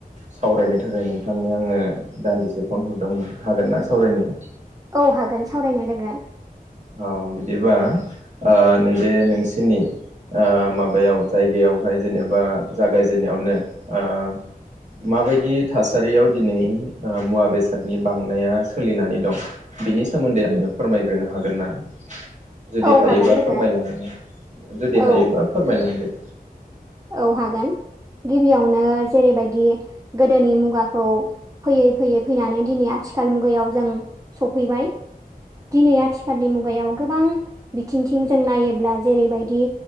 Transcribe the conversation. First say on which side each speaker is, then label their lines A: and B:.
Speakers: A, on the right; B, on the right.
A: सावरायनो थाखाय नों नोंथांनो आङो दान्दिसे फन हरदोंमोन हागोनना सावरायनो
B: औ हागोन सावरायनो लोगो
A: औ बिदिबा ओ नैबे नोंसिनि ओ माबायाव जायगायावहाय जेनेबा जागायजेनन्नायावनो ओ माबायदि थासारियाव दिनै ओ मुवा बेसादनि बांनाया सोलिनानै दं बिनि सोमोन्दै आंनो फोरमायग्रोनो हा हागोन ना जुदि
B: औ
A: हायोबा
B: हागोन लोगो
A: फोरमायलाङो जुदि
B: औ
A: हायोबा फोरमायलांदो
B: औ हागोन गिबियावनो जेरैबायदि गोदोनि मुगाखौ फैयै फैयै फैनानै दिनै आथिखाल मुगायाव जों सफैबाय दिनै आथिखालनि मुगायाव गोबां बिथिंथिं जों नायोब्ला जेरैबायदि